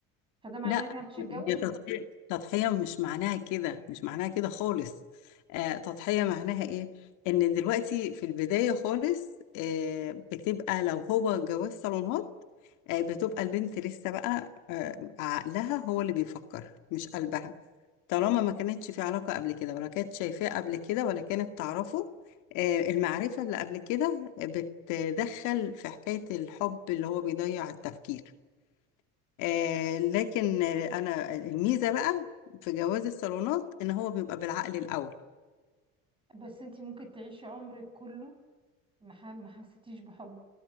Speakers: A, on the right (about 15°); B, on the left (about 75°).
A: فده معناه
B: لا
A: ان انا مش هتجوز
B: هي تضحية تضحية مش معناها كده مش معناها كده خالص آه تضحية معناها ايه ان دلوقتي في البداية خالص آه بتبقى لو هو جواز صالونات آه بتبقى البنت لسه بقى آه عقلها هو اللي بيفكر مش قلبها طالما ما كانتش في علاقة قبل كده ولا كانت شايفاه قبل كده ولا كانت تعرفه آه المعرفة اللي قبل كده بتدخل في حكاية الحب اللي هو بيضيع التفكير آه لكن انا الميزه بقى في جواز الصالونات ان هو بيبقى بالعقل الاول
A: بس انتي ممكن تعيشي عمرك كله ما ح- ما حسيتيش بحب